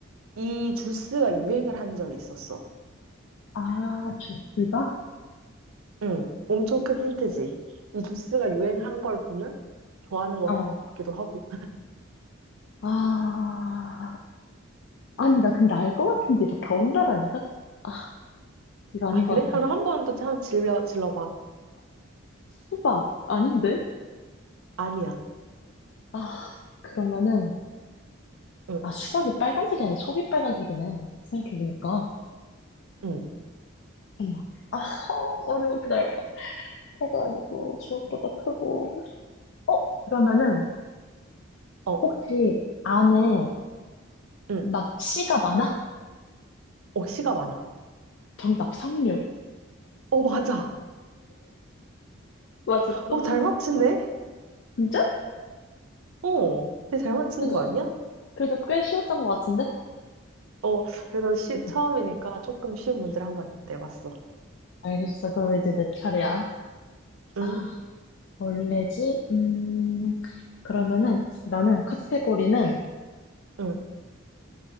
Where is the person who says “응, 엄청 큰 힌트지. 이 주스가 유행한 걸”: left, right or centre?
Right